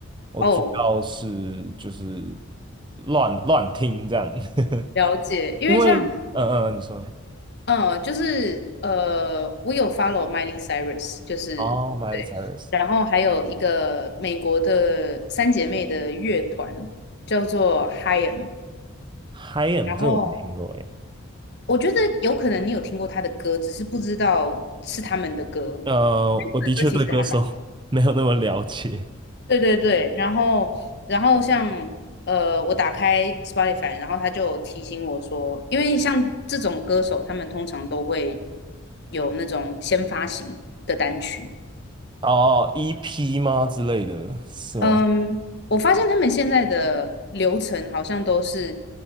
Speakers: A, on the right; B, on the left.
A: 我主要是就是
B: 哦，
A: 乱乱听这样，
B: 了解，
A: <laughs>
B: 因为像
A: 因为呃呃，你说
B: 呃，就是呃，我有 follow Miley Cyrus，就是
A: 哦，Miley Cyrus，Hi
B: 然后还有一个美国的三姐妹的乐团叫做 Hym，
A: m
B: 然后
A: 这个我没听过，诶，
B: 我觉得有可能你有听过她的歌，只是不知道是他们的歌。
A: 呃，我的确对歌手
B: 歌其实还蛮
A: <laughs> 没有那么了解，
B: 对对对，然后然后像呃，我打开 Spotify，然后他就提醒我说，因为像这种歌手，他们通常都会有那种先发行的单曲，
A: 哦，EP 吗之类的是吗？
B: 嗯，我发现他们现在的流程好像都是，